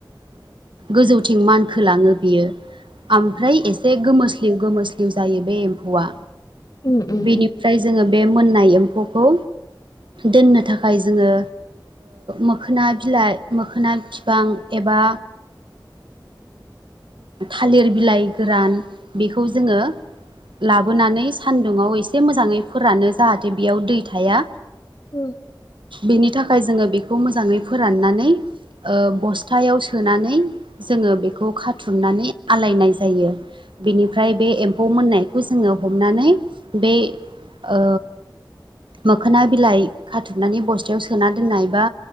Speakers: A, on the right; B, on the left.
A: गोजौथिं मानखोलाङो बियो । ओमफ्राय एसे गोमोस्लिउ गोमोस्लिउ जायो बे एम्फौआ
B: उम उम
A: बेनिफ्राय
B: उम
A: जोङो बे मोननाय एम्फौखौ दोननो थाखाय जोङो मोखोना बिलाइ मोखोना बिफां एबा बा थालिर बिलाइ गोरान बेखौ जोङो लाबो बोनानै सानदुङाव एसे मोजाङै फोरानो जाहाथे बेयाव दै थाया।
B: उम
A: बेनि थाखाय जोङो बेखौ मोजाङै फोराननानै बस्थायाव सोनानै जोङो बेखौ खाथुमनानै आलायनाय जायो । बेनिफ्राय बे एम्फौ मोननायखौ जोङो हमनानै बे ओ मोखोना बिलाइ खाथुमनानै बस्थायाव सोना दोननाय बा